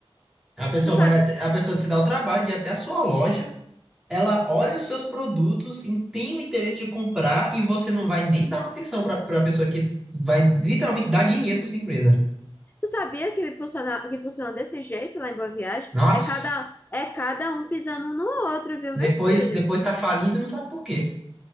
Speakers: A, in the centre; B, on the left (about 20°).
A: A pessoa
B: Tu sabe,
A: vai até- a pessoa se dá o trabalho de ir até a sua loja, ela olha os seus produtos e tem o interesse de comprar e você não vai nem dar uma atenção para a pessoa que vai literalmente dar dinheiro para sua empresa.
B: tu sabia que funciona, que funciona desse jeito lá em Boa Viagem?
A: Nossa,
B: É cada, é cada um pisando um no outro, viu,
A: depois
B: meu filho?
A: depois tá falindo e não sabe por quê.